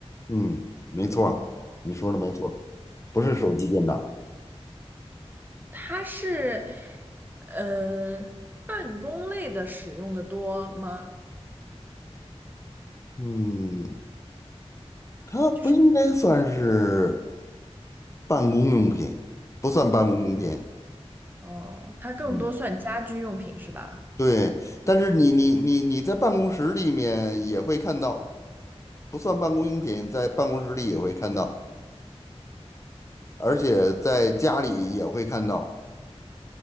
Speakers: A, on the left; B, on the right.
A: 嗯，没错儿你说的没错儿
B: 嗯，
A: 不是手机电脑，
B: 它是呃办公类的使用的多吗？
A: 嗯，它不应该算是
B: 就是不
A: 办公用品，不算办公用品，
B: 它哦，它更多算家居用品是吧？
A: 嗯，对，但是你你你你在办公室里面也会看到，不算办公用品，在办公室里也会看到，而且在家里也会看到，